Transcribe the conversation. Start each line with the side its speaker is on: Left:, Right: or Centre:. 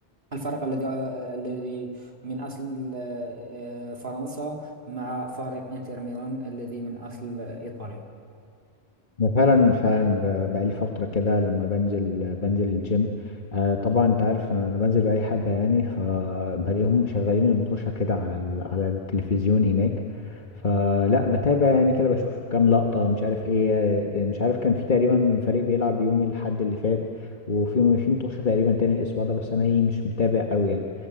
Right: الفريق الذي آه، الذي من أصل آه، آه، فرنسا مع فريق إنتر ميلان الذي من أصل إيطاليا
Left: أنا فعلا فعلا ب- بقالي فترة كده لما بنزل بنزل الجيم آه طبعا أنت عارف أنا بنزل بقالي حبة يعني فبلاقيهم مشغلين المطوشة كده على ال- على التلفزيون هناك فلا بتابع يعني كده بشوف كام لقطة مش عارف إيه آه، مش عارف كان في تقريبا فريق بيلعب يوم الأحد اللي فات وفي في مطوشة تقريبا تاني الأسبوع ده بس أنا إيه مش متابع أوي يعني